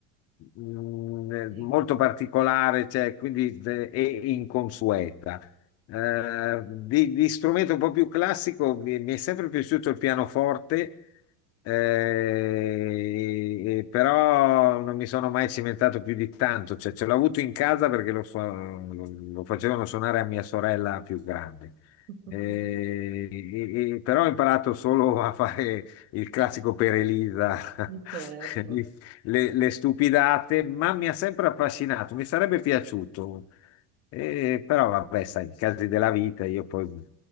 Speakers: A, on the left; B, on the right.
A: mm,
B: Sì.
A: molto particolare, cioè, quindi de- e inconsueta. Eh, di, di strumento un po' più classico mi, mi è sempre piaciuto il pianoforte, eh, e- però non mi sono mai cimentato più di tanto. Cioè, ce l'ho avuto in casa perché lo, su- lo- lo facevano suonare a mia sorella più grande.
B: <laughs>
A: Eh, e- e- però ho imparato solo a fare il classico per Elisa,
B: certo,
A: <laughs> le, le stupidate, ma mi ha sempre affascinato. Mi sarebbe piaciuto. E però vabbè, sai, i casi della vita, io poi ho